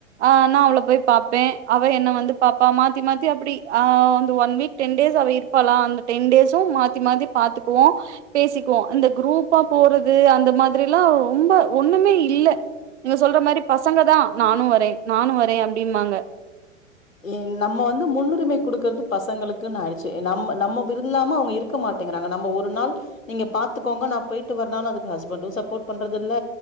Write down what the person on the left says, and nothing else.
என் நம்ம வந்து முன்னுரிமை குடுக்குறது பசங்களுக்குன்னு ஆயிடுச்சு நம் நம்ம விருல்லாம அவுங்க இருக் இருக்க மாட்டேங்குறாங்க நம்ம ஒரு நாள் நீங்க பாத்துக்கோங்க நா போயிட்டு வரானஅதுக்கு ஹஸ்பண்டு சப்போர்ட் பண்றது இல்ல